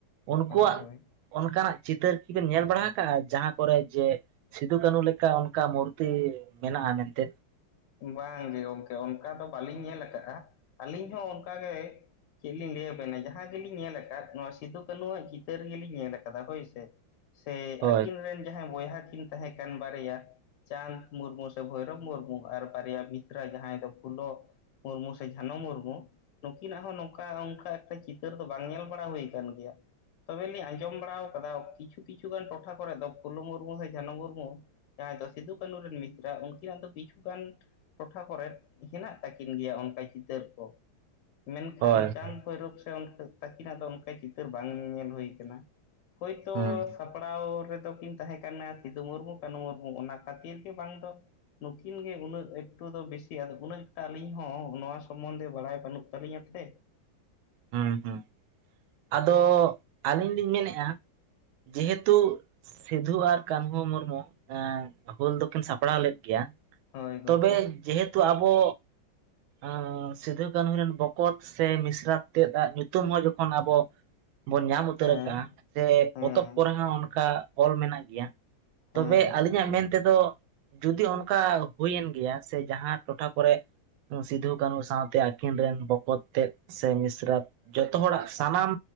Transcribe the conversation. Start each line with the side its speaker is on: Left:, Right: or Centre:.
Right: ᱩᱱᱠᱩᱣᱟᱜ
Left: ᱦᱳᱭ ᱦᱳᱭ
Right: ᱚᱱᱠᱟ ᱱᱟᱜ ᱪᱤᱛᱟᱹᱨ ᱠᱤ ᱧᱮᱞ ᱵᱟᱲᱟ ᱟᱠᱟᱜᱼᱟ ᱡᱟᱦᱟᱸ ᱠᱚᱨᱮ ᱡᱮ᱾ ᱥᱤᱫᱩ ᱠᱟᱹᱱᱩ ᱞᱮᱠᱟ ᱚᱱᱠᱟ ᱢᱩᱨᱛᱤ ᱢᱮᱱᱟᱜᱼᱟ ᱢᱮᱱ ᱛᱮ᱾
Left: ᱵᱟᱝᱜᱮ ᱜᱚᱝᱠᱮ ᱚᱱᱠᱟ ᱫᱚ ᱵᱟᱞᱤᱧ ᱧᱮᱞ ᱠᱟᱜᱼᱟ ᱟᱹᱞᱤᱧ ᱦᱚᱸ ᱚᱱᱠᱟᱜᱮ᱾ ᱪᱮᱫ ᱞᱤᱧ ᱞᱟᱹᱭ ᱟᱵᱮᱱᱟ ᱡᱟᱦᱟᱸ ᱜᱮᱞᱤᱧ ᱧᱮᱞ ᱟᱠᱟᱫ ᱱᱚᱣᱟ ᱥᱤᱫᱩ ᱠᱟᱹᱱᱩᱣᱟᱜ ᱪᱤᱛᱟᱹᱨ ᱜᱮᱞᱤᱧ ᱧᱮᱞ ᱟᱠᱟᱫᱟ ᱦᱳᱭ ᱥᱮ᱾ ᱥᱮ
Right: ᱦᱳᱭ
Left: ᱟᱠᱤᱱ ᱨᱮᱱ ᱡᱟᱦᱟᱸᱭ ᱵᱚᱭᱦᱟ ᱠᱤᱱ ᱛᱟᱦᱮᱸ ᱠᱟᱱ ᱵᱟᱨᱭᱟ ᱪᱟᱸᱫᱽ ᱢᱩᱨᱢᱩ ᱥᱮ ᱵᱷᱳᱭᱨᱚᱵᱽ ᱢᱩᱨᱢᱩ ᱟᱨ ᱵᱟᱨᱭᱟ ᱢᱤᱥᱨᱟ ᱡᱟᱦᱟᱸᱭ ᱫᱚ ᱯᱷᱩᱞᱚ ᱢᱩᱨᱢᱩ ᱥᱮ ᱡᱷᱟᱱᱚ ᱢᱩᱨᱢᱩ ᱱᱩᱠᱤᱱᱟᱜ ᱦᱚᱸ ᱱᱚᱝᱠᱟ ᱚᱱᱠᱟ ᱮᱠᱴᱟ ᱪᱤᱛᱟᱹᱨ ᱫᱚ ᱵᱟᱝ ᱧᱮᱞ ᱵᱟᱲᱟ ᱦᱩᱭ ᱟᱠᱟᱱ ᱜᱮᱭᱟ ᱛᱚᱵᱮ ᱞᱤᱧ ᱟᱸᱡᱚᱢ ᱵᱟᱲᱟ ᱟᱠᱟᱫᱟ ᱠᱤᱪᱷᱩ ᱠᱤᱪᱷᱩ ᱜᱟᱱ ᱴᱚᱴᱷᱟ ᱠᱚᱨᱮ ᱫᱚ ᱯᱷᱩᱞᱚ ᱢᱩᱨᱢᱩ ᱦᱚ ᱡᱷᱟᱱᱚ ᱢᱩᱨᱢᱩ᱾ ᱡᱟᱦᱟᱸᱭ ᱫᱚ ᱥᱤᱫᱩ ᱠᱟᱹᱱᱩ ᱨᱮᱱ ᱢᱤᱥᱨᱟ ᱩᱱᱠᱤ ᱱᱟᱜ ᱫᱚ ᱠᱤᱪᱷᱩ᱾ ᱠᱟᱸᱴᱷ ᱴᱚᱴᱷᱟ ᱠᱚᱨᱮ ᱦᱮᱱᱟᱜ ᱛᱟᱹᱠᱤᱱ ᱜᱮᱭᱟ ᱚᱱᱠᱟ ᱪᱤᱛᱟᱹᱨ ᱠᱚ ᱢᱮᱱᱠᱷᱟᱱ
Right: ᱦᱳᱭ
Left: ᱪᱟᱸᱫᱽ
Right: ᱦᱳᱭ
Left: ᱵᱷᱳᱭᱨᱚᱵ ᱥᱮ ᱩᱱᱠᱩ ᱛᱟᱠᱤᱱᱟᱜ ᱫᱚ ᱚᱱᱠᱟ ᱪᱤᱛᱟᱹᱨ ᱵᱟᱝ ᱧᱮᱞ᱾ ᱦᱩᱭ ᱟᱠᱟᱱᱟ ᱦᱳᱭᱛᱚ
Right: ᱦᱩᱸ
Left: ᱥᱟᱯᱲᱟᱣ ᱨᱮᱫᱚ ᱠᱤᱱ ᱛᱟᱦᱮᱸ ᱠᱟᱱᱟ ᱥᱤᱫᱩ ᱢᱩᱨᱢᱩ ᱠᱟᱹᱱᱩ ᱢᱩᱨᱢᱩ ᱚᱱᱟ ᱠᱷᱟᱹᱛᱤᱨ ᱜᱮ ᱵᱟᱝ ᱫᱚ᱾ ᱟᱠᱤᱱ ᱜᱮ ᱩᱱᱟᱹᱜ ᱮᱠᱴᱩ ᱫᱚ ᱵᱮᱥᱤ ᱟᱫᱚ ᱩᱱᱟᱹᱜ ᱴᱟᱜ ᱟᱞᱤᱧ ᱦᱚᱸ ᱱᱚᱣᱟ ᱥᱚᱢᱢᱚᱱᱫᱷᱮ ᱵᱟᱲᱟᱭ ᱵᱟᱱᱩᱜ ᱛᱟᱹᱞᱤᱧᱟ ᱥᱮ
Right: ᱦᱩᱸ ᱦᱩᱸ ᱟᱫᱚ ᱟᱹᱞᱤᱧ ᱞᱤᱧ ᱢᱮᱱᱮᱫᱼᱟ ᱡᱮᱦᱮᱛᱩ ᱥᱤᱫᱷᱩ ᱟᱨ ᱠᱟᱹᱱᱦᱩ ᱢᱩᱨᱢᱩ ᱮᱸ ᱦᱩᱞ ᱫᱚᱠᱤᱱ ᱥᱟᱯᱲᱟᱣ ᱞᱮᱫ ᱜᱮᱭᱟᱹ ᱾
Left: ᱦᱳᱭ ᱜᱚᱝᱠᱮ
Right: ᱛᱚᱵᱮ ᱡᱮᱦᱮᱛᱩ ᱟᱵᱚ᱾ ᱟᱸᱻ ᱥᱤᱫᱷᱩ ᱠᱟᱹᱱᱦᱩ ᱨᱮᱱ ᱵᱚᱠᱚᱛ ᱥᱮ ᱢᱤᱥᱨᱟᱛ ᱛᱮᱫ ᱟᱜ ᱧᱩᱛᱩᱢ ᱦᱚᱸ ᱡᱚᱠᱷᱚᱱ ᱟᱵᱚ ᱵᱚᱱ ᱧᱟᱢ ᱩᱛᱟᱹᱨ
Left: ᱦᱮᱸ
Right: ᱟᱠᱟᱜᱼᱟ ᱥᱮ
Left: ᱦᱮᱸ
Right: ᱯᱚᱛᱚᱵᱽ ᱠᱚᱨᱮ ᱦᱚᱸ ᱚᱱᱠᱟ ᱚᱞ ᱢᱮᱱᱟᱜ ᱜᱮᱭᱟ ᱛᱚᱵᱮ
Left: ᱦᱮᱸ ᱜᱚᱝᱠᱮ
Right: ᱟᱹᱞᱤᱧᱟᱜ ᱢᱮᱱᱛᱮ᱾ ᱛᱮᱫᱚ ᱡᱩᱫᱤ ᱚᱱᱠᱟ ᱦᱩᱭᱮᱱ ᱜᱮᱭᱟ ᱥᱮ ᱡᱟᱦᱟᱸ ᱴᱚᱴᱷᱟ ᱠᱚᱨᱮ ᱥᱤᱫᱩ ᱠᱟᱹᱱᱦᱩ ᱥᱟᱶᱛᱮ ᱟᱹᱠᱤᱱ ᱨᱮᱱ ᱵᱚᱠᱚᱛ ᱛᱮᱫ ᱥᱮ ᱢᱤᱥᱨᱟᱛ ᱡᱚᱛᱚ ᱦᱚᱲᱟᱜ ᱥᱟᱱᱟᱢ